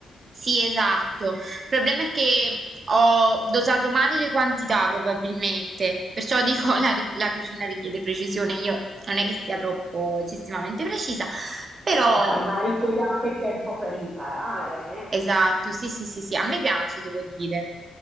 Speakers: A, on the right; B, on the right.
A: sì, esatto. Il problema è che ho dosato male le quantità, probabilmente. Perciò dico, la, ri- la cucina richiede precisione. Io non è che sia troppo eccessivamente precisa, però
B: E vabbè, ma richiede anche tempo per imparare, eh.
A: esatto, sì, sì, sì, sì, a me piace, devo dire.